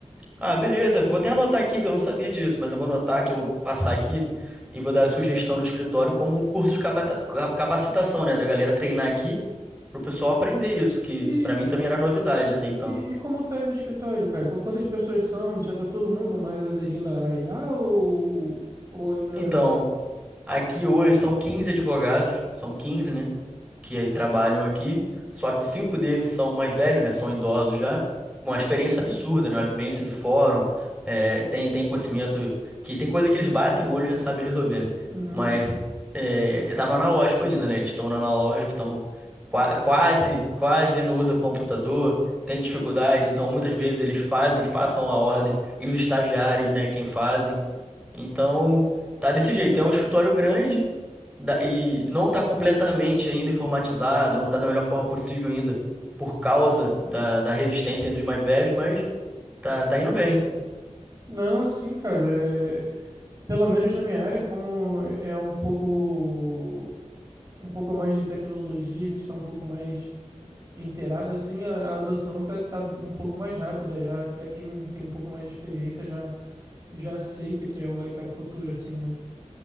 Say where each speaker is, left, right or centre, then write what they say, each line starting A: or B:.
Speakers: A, in the centre; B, on the right (about 25°).
A: Ah, beleza. Vou até anotar aqui que eu não sabia disso, mas eu vou anotar que eu vou passar aqui e vou dar a sugestão no escritório como um curso de capata- ca- capacitação, né? Da galera treinar aqui pro pessoal aprender isso, que
B: E,
A: pra mim também era novidade até então.
B: E, e como tá aí no escritório, cara? Com quantas pessoas são? Já tá todo mundo mais aderindo à IA ou, ou ainda.
A: Então, aqui hoje são 15 advogados, são 15, né? que trabalham aqui, só que cinco desses são mais velhos, né? São idosos já. Uma experiência absurda, né? Uma vivência de fórum, é, tem, tem conhecimento que tem coisa que eles batem o olho e já sabem resolver, né?
B: Uhum.
A: Mas é, tá no analógico ainda, né? Eles estão no analógico, estão qua- quase, quase não usa computador, tem dificuldade, então muitas vezes eles fazem, passam a ordem e os estagiários, né? Quem fazem então, tá desse jeito. É um escritório grande da- e não está completamente ainda informatizado, não está da melhor forma possível ainda, por causa da, da resistência aí dos mais velhos, mas tá, tá indo bem.
B: Não, sim, cara. é- Pelo menos na minha área, como é é um pouco um pouco mais de tecnologia, a gente tá um pouco mais inteirado, assim, a, a adoção tá, tá um pouco mais rápida já. Até quem tem um pouco mais de experiência já, já aceita que é o, que é o futuro, assim, né?